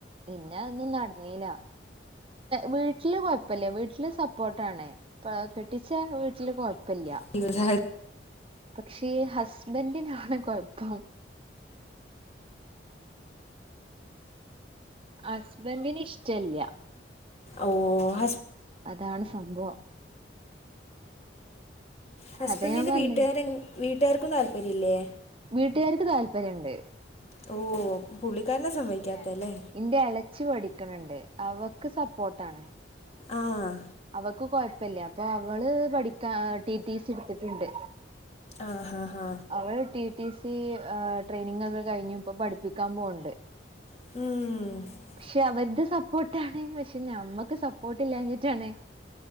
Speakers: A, on the right; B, on the left.
A: പിന്നെ അതൊന്നും നടന്നീല്ല വീട്ടിൽ കുഴപ്പില്ല വീട്ടിൽ സപ്പോർട്ടാണ് അഹ് കെട്ടിച്ച വീട്ടിൽ കൊഴപ്പില്ല
B: <unintelligible>
A: പക്ഷേ ഹസ്ബന്റിനാണ് കുഴപ്പം ഹുസ്ബന്റിന് ഇഷ്ടല്ല
B: ഓ ഹസ്
A: അതാണ് സംഭവം
B: ഹുസ്ബന്റിന്റെ
A: അതാ ഞാൻ പറഞ്ഞെ
B: വീട്ടുകാര് വീട്ടുകാർക്കും താല്പര്യംമില്ലേ
A: വീട്ടുകാർക്ക് താല്പര്യയിണ്ട്
B: ഓ പുള്ളിക്കാരനെ സമ്മതിക്കാത്തല്ലേ
A: ഇന്റെ ഇളച്ചി പഠിക്കണണ്ട് അവക്ക് സപ്പോർട്ടാണ്
B: ആഹ്
A: അവൾക്ക് കൊഴപ്പിയില്ല അപ്പൊ അവള് പഠിക്കാൻ ടിറ്റിസി എടുത്തിട്ടുണ്ട്
B: ആഹ് ആഹ് ഹാ
A: അവരോരു ടിറ്റിസി ട്രെണിങ് യൊക്കെ കഴിഞ്ഞു ഇപ്പോ പഠിപ്പിക്കാൻ പോകുണ്ട്
B: ഉം
A: പക്ഷെ അവരുടെ സപ്പോർട്ടാണ് പക്ഷെ ഞമ്മക്ക് സപ്പോർട്ട് ഇല്ലഞ്ഞിട്ടാണ്